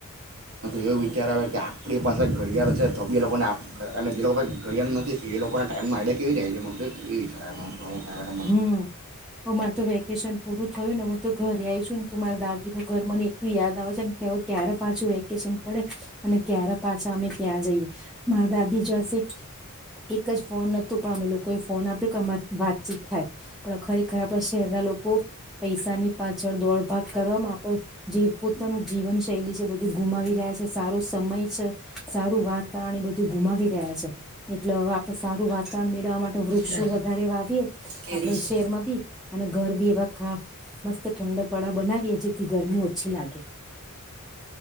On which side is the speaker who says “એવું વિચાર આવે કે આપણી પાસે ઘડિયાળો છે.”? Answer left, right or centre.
Right